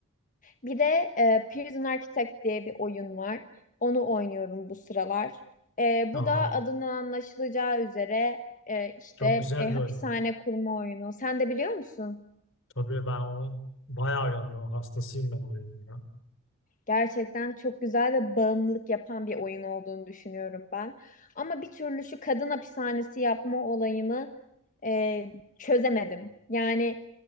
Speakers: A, on the left (about 40°); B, on the left (about 65°).
A: Bir de e, Prison Architect diye bir oyun var. Onu oynuyorum bu sıralar. E,
B: Aa,
A: bu da adından anlaşılacağı üzere e, işte
B: çok güzel
A: e,
B: bir
A: hapishane
B: oyun.
A: kurma oyunu. Sen de biliyor musun?
B: Tabii ben o bayağı yandım. Hastasıyım ben o oyunun ya.
A: Gerçekten çok güzel ve bağımlılık yapan bir oyun olduğunu düşünüyorum ben. Ama bir türlü şu kadın hapishanesi yapma olayını e, çözemedim. Yani